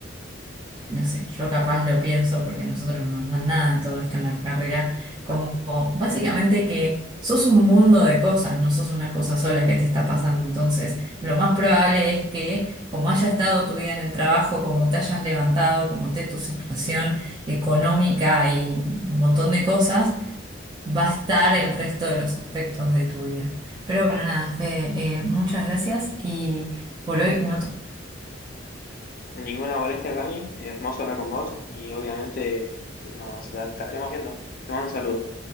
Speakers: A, on the right (about 25°); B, on the left (about 50°).
A: no sé, yo capaz lo pienso porque a nosotros no nos dan nada de todo esto en la carrera, como básicamente que sos un mundo de cosas, no sos una cosa sola que te está pasando. Entonces, lo más probable es que como haya estado tu día en el trabajo, como te hayas levantado, como esté tu situación económica y un montón de cosas, va a estar el resto de los aspectos de tu vida. Pero bueno, nada, Fede, eh, muchas gracias y por hoy no
B: Ninguna molestia, Cami, hermoso hablar con vos y obviamente nos estaremos viendo. Te mando un saludo.